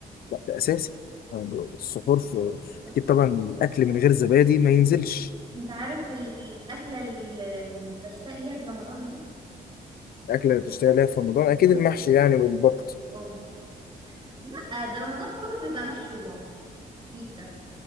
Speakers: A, on the left; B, on the right.
A: لا ده أساسي آه، السحور في
B: بالظبط
A: أكيد طبعا الأكل من غير زبادي ما ينزلش
B: انت عارف الاكله ال- اللي بشتاق ليها في رمضان ايه
A: الأكلة اللي بتشتغل عليها في رمضان أكيد
B: مم؟
A: المحشي يعني والبط
B: اه لا ده رمضان كله بيبقى محشي وبابا بيتزا